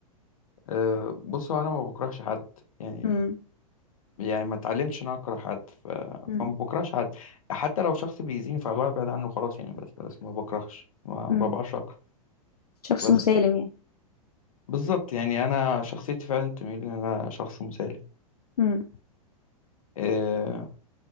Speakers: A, on the left (about 65°); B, on the left (about 80°).
A: أه بص هو انا ما بكرهش حد يعني
B: امم
A: يعني ما اتعلمتش ان انا اكره حد ف...
B: امم
A: فما بكرهش حد حتى لو شخص بيأذيني فببعد عنه خلاص يعني بس بس ما بكرهش ما
B: امم
A: ببقاش اكره
B: شخص
A: بس
B: مسالم يعني
A: بالظبط يعني انا شخصيتي فعلا تميل ان انا شخص مسالم
B: امم
A: آه،